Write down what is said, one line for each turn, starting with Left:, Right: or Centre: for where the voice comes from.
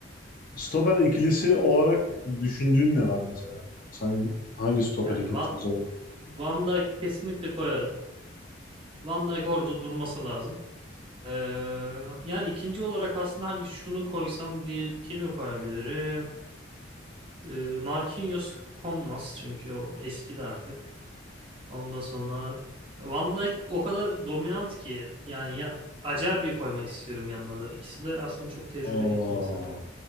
Left: stoper ikilisi olarak düşündüğün ne var mesela? Sen hangi stoper
Right: Yani
Left: ikilisini
Right: Van,
Left: savun?
Right: Van Dijk kesinlikle koyarım. Van Dijk orada durması lazım. Ee, yani ikinci olarak aslında hani şunu koysam diye kimi koyabilirim? Ee, Marquinhos konmaz çünkü o eski de artık. Ondan sonra Van Dijk o kadar dominant ki yani ya Acerbi'yi koymak istiyorum yanına da. İkisi de aslında çok tecrübeli
Left: Aa.
Right: iki insan.